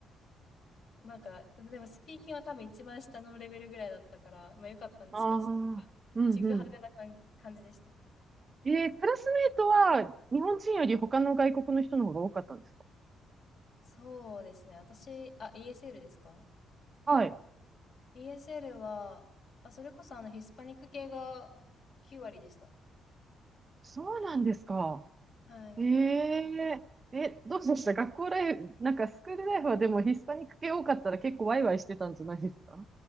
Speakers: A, on the left; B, on the right.
A: なんか、でもスピーキングは多分一番下のレベルぐらいだったから、まあ良かったんですけど、
B: ああ、
A: ちょっとなんか、
B: うんうん。
A: ちぐはぐな感感じでした。
B: えー、クラスメイトは日本人より他の外国の人の方が多かったんですか
A: そうですね。私、あ、ESL ですか
B: はい。
A: ?ESL は、あ、それこそあのヒスパニック系が9割でした。
B: そうなんですか。
A: はい。
B: えええ、どうでした学校ライフ、なんかスクールライフはでもヒスパニック系多かったら結構ワイワイしてたんじゃないですか